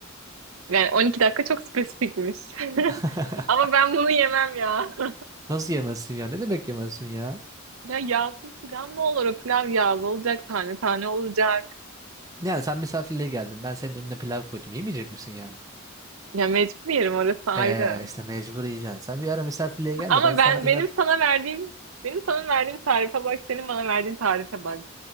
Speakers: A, on the right; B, on the right.
A: Yani 12 dakika çok spesifikmiş. <laughs>
B: <laughs>
A: Ama ben bunu yemem ya. <laughs>
B: Nasıl yemezsin ya? Ne demek yemezsin ya?
A: Ya yağsız pilav mı olur? O pilav yağlı olacak, tane tane olacak.
B: Yani sen misafirliğe geldin. Ben senin önüne pilav koydum. Yemeyecek misin yani?
A: Ya mecbur yerim orası ayrı.
B: Ee, işte mecbur yiyeceksin. Sen bir ara misafirliğe gel
A: Ama
B: de ben sana
A: ben
B: inat
A: benim sana verdiğim benim sana verdiğim tarife bak, senin bana verdiğin tarife bak.